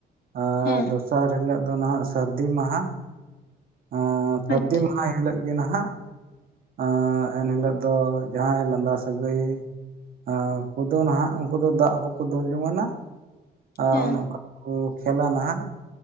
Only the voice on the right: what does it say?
ᱟᱨ
ᱫᱚᱥᱟᱨ ᱦᱤᱞᱳᱜ ᱫᱚ ᱱᱟᱦᱟᱜ ᱥᱟᱹᱨᱫᱤ ᱢᱟᱦᱟ ᱟᱸ ᱥᱟᱹᱨᱫᱤ
ᱢᱟᱦᱟ ᱟᱹᱱ ᱦᱤᱞᱳᱜ ᱜᱮ ᱱᱟᱦᱟᱜ᱾ ᱟᱸᱻ ᱮᱱᱦᱤᱞᱳᱜ ᱫᱚ ᱡᱟᱦᱟᱸᱭ ᱞᱟᱸᱫᱟ ᱥᱟᱹᱜᱟᱹᱭ ᱟᱨ ᱩᱱᱠᱩ ᱫᱚ ᱱᱟᱦᱟᱜ ᱩᱱᱠᱩ ᱫᱚ ᱫᱟᱜ ᱠᱚᱠᱚ ᱫᱩᱞ ᱡᱚᱝᱟᱱᱟ ᱟᱨ
ᱚᱱᱮ ᱚᱱᱠᱟ ᱠᱚ ᱠᱷᱮᱞᱟ ᱱᱟᱦᱟᱜ